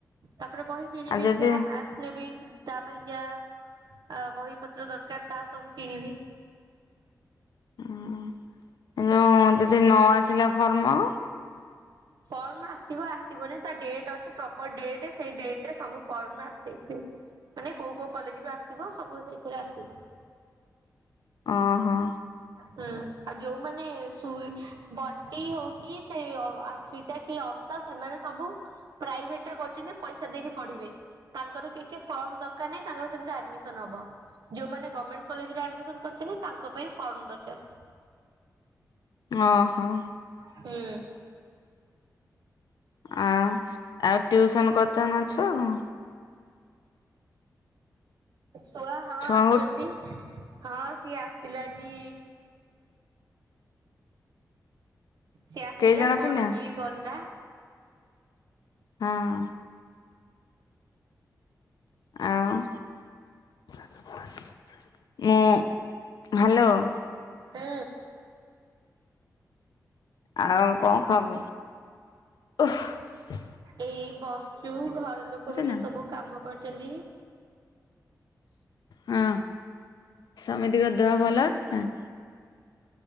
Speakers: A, on the right; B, on the left.
A: ତାପରେ ବହି କିଣିବି
B: ଆଉ ଯଦି
A: ଯାହା ଆ ସ୍ନେବି ତା ପାଇଁ ଯା ଆ ବହି ପତ୍ର ଦରକାର ତା ସବୁ କିଣିବି।
B: ହୁଁ ଯୋଉଁ ଯଦି ନ ଆସିଲା ଫର୍ମ?
A: ଫର୍ମ ଆସିବ ଆସିବନି ତା ଡେଟ୍ ଅଛି ପ୍ରପର ଡେଟ ସେଇ ଡେଟରେ ସବୁ ଫର୍ମ ଆସେ। ମାନେ କୋଉ କୋଉ କଲେଜରୁୁ ଆସିବ ସବୁ ସେଇଥିରେ ଆସେ।
B: ଅଁ ହ।
A: ହୁଁ ଆଉ ଯୋଉମାନେ ସୁ ବଣ୍ଟି ହଉ କିି ସେ ଅ ଆ ସୁଇତା କି ଅବସା ସେମାନେ ସବୁ ପ୍ରାଇଭେଟ ରେ କରୁଛନ୍ତି ପଇସା ଦେଇକି ପଢିବେ। ତାଙ୍କର କିଛି ଫର୍ମ ଦରକାର ନାହିଁ ତାଙ୍କର ସେମିତି ଆଡମିସନ ହବ। ଯୋଉମାନେ ଗମେଣ୍ଟ କଲେଜ ରେ ଆଡମିସନ କରିଛନ୍ତି ତାଙ୍କ ପାଇଁ ଫର୍ମ ଦରକାର।
B: ଅ ହ।
A: ହୁଁ।
B: ଆ- ଆଉ ଟିଉସନ୍ କରୁଚନା ଛୁଆଙ୍କୁ?
A: ଛୁଆ ହଁ
B: ଛୁଆଙ୍କୁ
A: ଆସୁଚନ୍ତି। ହଁ ସିଏ ଆସିଥିଲା ଆଜି ସିଏ ଆସିଥିଲା
B: କେଇ ଜଣ
A: ପଢିକି
B: ପିଲା
A: ଗଲା।
B: ହଁ। ଆଉ ମୁଁ- ହାଲୋ।
A: ହୁଁ।
B: ଆଉ କଣ ଖବ୍। <inaudible>
A: ଏଇ ବସିଚୁ ଘର ଲୋକମାନେ
B: ନା
A: ସବୁ କାମ କରୁଚନ୍ତି।
B: ହଁ ସମିତିଙ୍କ ଦେହ ଭଲ ଅଛି ନା?